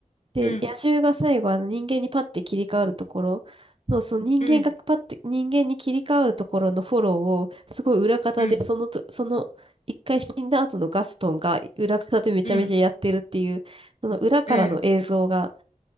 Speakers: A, on the right; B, on the left.
A: で、
B: うん、
A: 野獣が最後、あの、人間にパッて切り替わるところの、その人間がパッて、
B: うん、
A: 人間に切り替わるところのフォローを、すごい裏方で、
B: うん、
A: そのと、その、一回死んだ後のガストンが裏方でめちゃめちゃやってるっていう、
B: うん、
A: その裏からの映像が、
B: うん、